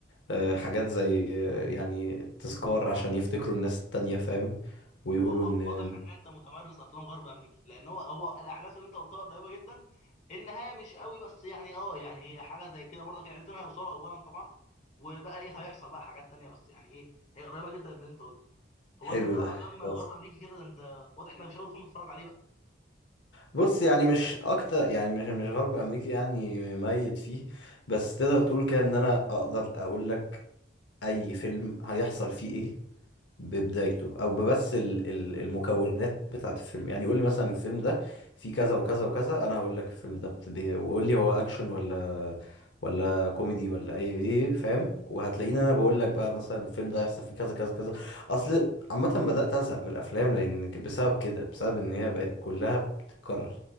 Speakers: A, on the left; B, on the left.
A: آه، حاجات زي آه، يعني تذكار عشان يفتكروا الناس التانية فاهم ويقولوا
B: هو وا-
A: ان
B: واضح ان انت متمرس افلام غرب امريكي لان هو هو الاحداث اللي انت قلتها قريبه جدا النهايه مش قوي بس يعني اه يعني هي حاجه زي كده برضك العيلتين هيوصلوا اولا طبعا وبقى ايه هيحصل بقى حاجات تانيه بس يعني ايه هي قريبه جدا من اللي انت قلته هو
A: حلو
B: انت متابع
A: ده خلاص
B: افلام غرب امريكي كده ده انت واضح انك مش اول فيلم تتفرج عليه بقى
A: بص يعني مش اكتر يعني مش مش غرب امريكي يعني ميت فيه بس تقدر تقول كده ان انا اقدر اقول لك اي فيلم هيحصل فيه ايه ببدايته او ببس ال- ال- المكونات بتاعت الفيلم يعني يقول لي مثلا الفيلم ده فيه كذا وكذا وكذا انا هقول لك الفيلم ده بت- بي- وقول لي هو اكشن ولا ولا كوميدي ولا ايه ايه فاهم وهتلاقيني انا بقول لك بقى مثلا الفيلم ده هيحصل فيه كذا كذا كذا اصل عامه بدات ازهق من الافلام لان ك- بسبب كده بسبب ان هي بقت كلها بتتكرر